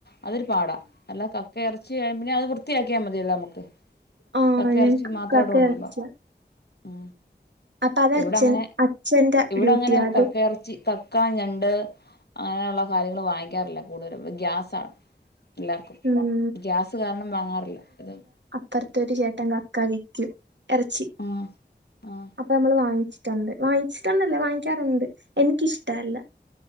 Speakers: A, on the left; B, on the right.
A: അതൊരു പാടാ അല്ലാ ക കക്കയിറച്ചി കഴിഞ്ഞാ അത് വൃത്തിയാക്കിയാൽ മതിയല്ലേ നമുക്ക്
B: ആഹ്
A: കക്ക
B: ഞങ്ങക്ക്
A: ഇറച്ചി മാത്രമാണ്ട
B: കക്ക
A: കൊണ്ടിരുമ്പോ
B: ഇറച്ചിയാ
A: ഉ
B: അപ്പൊ അത്
A: ഇവിടെ
B: അച്ഛൻ
A: അങ്ങനെ
B: അച്ഛന്റെ
A: ഇവിടെ
B: ഡ്യൂട്ടിയാ
A: അങ്ങനെ
B: അത്
A: കക്ക ഇറച്ചി കക്ക ഞണ്ട് അങ്ങനെയുള്ള കാര്യങ്ങൾ വാങ്ങിക്കാറില്ല കൂടുതല് ഗ്യാസാണ് എല്ലാർക്കും
B: ഉം
A: ഗ്യാസ് കാരണം വാങ്ങാറില്ല ഇത്
B: പ്പറത്തരു ചേട്ടൻ കക്ക വിൽക്കും ഇറച്ചി
A: ആഹ് ആഹ്
B: അപ്പൊ നമ്മൾ വാങ്ങിച്ചു ണ്ട് വാങ്ങിച്ചിട്ടുണ്ടല്ലേ വാങ്ങിക്കാറുണ്ട് എനിക്കിഷ്ടല്ല